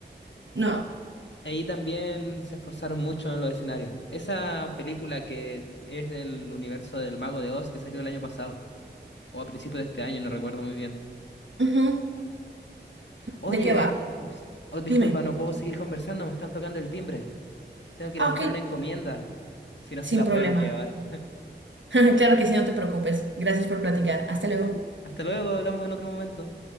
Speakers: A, on the right; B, on the left.
A: no.
B: ahí también se esforzaron mucho en los escenarios. Esa película que es del universo del Mago de Oz que salió el año pasado, o a principios de este año, no recuerdo muy bien.
A: Ujú.
B: Oye,
A: ¿De qué va?
B: me es- oh, disculpa,
A: Dime.
B: no puedo seguir conversando, me están tocando el timbre. Tengo que
A: Ah,
B: ir a buscar
A: ok,
B: una encomienda. si no
A: sin
B: se la
A: problema.
B: pueden llevar.
A: <laughs> Claro que sí, no te preocupes. Gracias por platicar. Hasta luego.
B: Hasta luego, hablamos en otro momento.